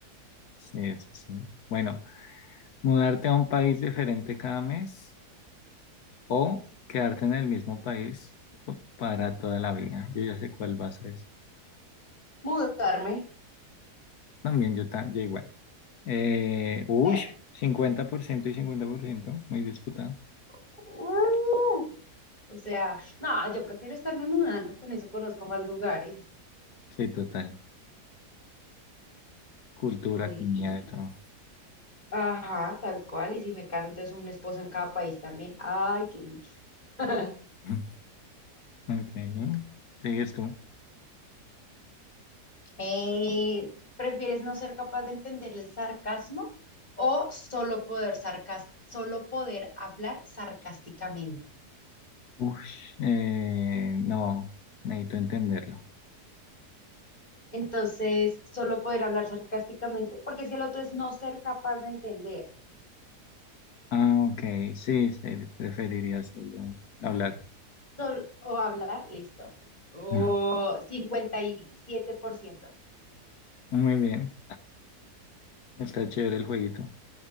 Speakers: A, on the left; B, on the left.
A: sí, eso sí. Bueno, mudarte a un país diferente cada mes o quedarte en el mismo país para toda la vida. Yo ya sé cuál vas a decir.
B: ¿Mudarme?
A: También yo, ta- yo igual. Eh, uy,
B: Sí.
A: cincuenta por ciento y 50% muy disputado.
B: Uh, o sea, no, yo prefiero estarme mudando, con eso conozco más lugares.
A: Sí, total. Cultura,
B: Y voy,
A: comida,
B: y,
A: de
B: y-
A: todo.
B: ajá, tal cual. Y si me caso, entonces un esposo en cada país también. Ay, qué... <laughs>
A: <laughs> Ok, sigues tú.
B: Eh, ¿prefieres no ser capaz de entender el sarcasmo o solo poder sarcas- solo poder hablar sarcásticamente?
A: Uy, eh, no, necesito entenderlo.
B: Entonces, solo poder hablar sarcásticamente, porque si el otro es no ser capaz de entender
A: Ah, ok, sí, sí, preferiría solo hablar.
B: sol- o hablar, listo. O
A: <laughs>
B: 57%.
A: Muy bien, está chévere el jueguito.